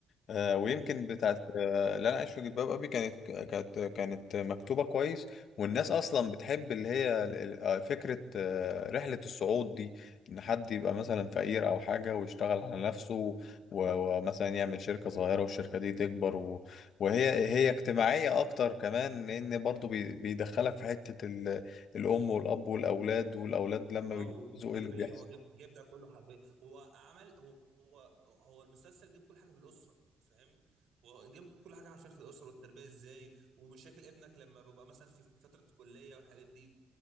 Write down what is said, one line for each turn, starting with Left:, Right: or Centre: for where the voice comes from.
Left: آه، ويمكن بتاعت آه، اللي انا عايش في جلباب ابي كانت كانت كانت مكتوبه كويس والناس اصلا بتحب اللي هي ال- ال- آه، فكره آه، رحله الصعود دي ان حد يبقى مثلا فقير او حاجه ويشتغل على نفسه و- ومثلا يعمل شركه صغيره والشركه دي تكبر و- وهي هي اجتماعيه اكتر كمان لان برضو بي- بيدخلك في حته ال- الام والاب والاولاد والاولاد لما
Right: اه
Left: بيتجوزوا
Right: والتربيه
Left: ايه اللي بيحصل
Right: هو جاب جاب ده كله حربيه هو عمل هو هو هو المسلسل جاب كل حاجه في الاسره فاهم هو جاب كل حاجه عارفين في الاسره والتربيه ازاي ومشاكل ابنك لما بيبقى مثلا في فتره كليه والحاجات دي